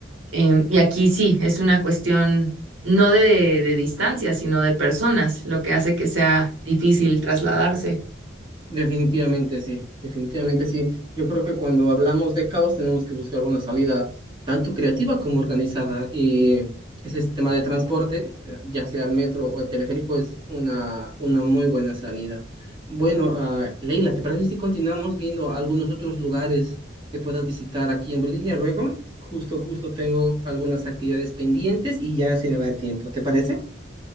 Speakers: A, on the right; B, on the right.
A: eh, y aquí sí, es una cuestión no de, de distancia, sino de personas, lo que hace que sea difícil trasladarse.
B: Definitivamente sí, definitivamente sí. Yo creo que cuando hablamos de caos tenemos que buscar una salida tanto creativa como organizada y ese sistema de transporte, eh, ya sea el metro o el teleférico, es una, una muy buena salida. Bueno, ah, Leila, ¿te parece si continuamos viendo algunos otros lugares que puedas visitar aquí en Bolivia luego? Justo, justo tengo algunas actividades pendientes y ya se me va el tiempo, ¿te parece?